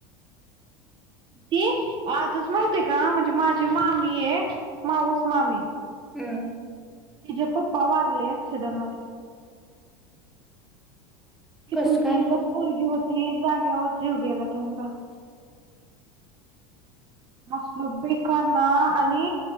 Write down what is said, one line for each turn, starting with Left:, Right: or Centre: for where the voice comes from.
Right: ती आजच माहितीय का? म्हणजे, माझी मामीय. मावस मामी.
Centre: हम्.
Right: तिजे पप्पा वारले, ऍक्सिडंटमध्ये.
Centre: कस
Right: एकुलती
Centre: काय
Right: एकच पोरगी होती. जाग्यावर जीव गेला त्यांचा. असल बेकार ना आणि